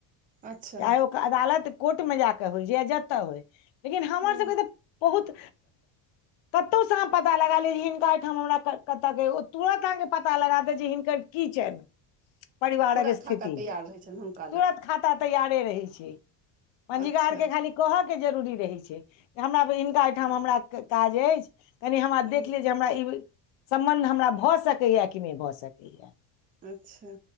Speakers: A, on the right (about 20°); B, on the left (about 65°).
A: अच्छा
B: चाहे ओकर अदालत कोर्टमे जा कऽ होय जे चहे जतऽ होय लेकिन हमर
A: ह्म
B: सभके तऽ बहुत कतहुसँ अहाँ पता लगा लिय जे हिनका ओहिठाम हमरा कतय य ओ तुरत अहाँके पता लगा दे जे हिनकर की छनि परिवारक
A: पूरा
B: स्थिति
A: खाका तैयार रहै छनि हुनका
B: तुरत
A: लग
B: खाता तैयारे रहै छै पञजीगार
A: अच्छा
B: के खाली कहऽ के जरूरी रहै छै हमरा हिनका एहिठाम हमरा काज अछि कनि हमरा
A: ह्म
B: देख लेअ जे हमरा ई सम्बन्ध हमरा भऽ सकैया य कि नहि भऽ सकैए य
A: अच्छा